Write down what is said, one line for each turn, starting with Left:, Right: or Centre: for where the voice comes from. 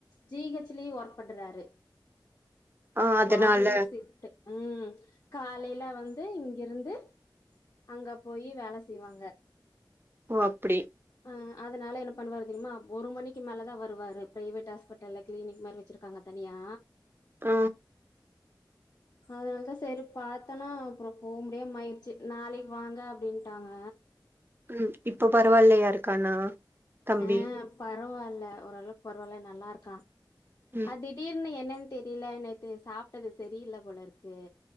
Left: ஜி ஹெச் லையு ஒர்க் பண்றாரு
Right: ஆ அதனால
Left: மார்னிங் ஸிஃப்ட்டு ம் காலைல வந்து இங்கிருந்து அங்க போயி வேல செய்வாங்க
Right: ஓ அப்புடி
Left: அ அதனால என்ன பண்ணுவாரு தெரிமா ஒரு மணிக்கு மேல தா வருவாரு பிரைவேட் ஹாஸ்பிட்டல்ல கிளினிக் மாரி வச்சிருக்காங்க தனியா
Right: ஆ
Left: அதனாலதா சரி பாத்தனா அப்றோ போ முடியாம ஆயிடுச்சு நாளைக்கு வாங்க அப்டின்ட்டாங்க
Right: ம் இப்ப பரவால்லையா இருக்கானா தம்பி
Left: ஆ பரவால்ல ஓரளவுக்கு பரவால நல்லாருக்கா
Right: ம்
Left: அ திடீர்னு என்ன ன் தெரில நேத்து சாப்ட்டது சரியில்ல போலருக்கு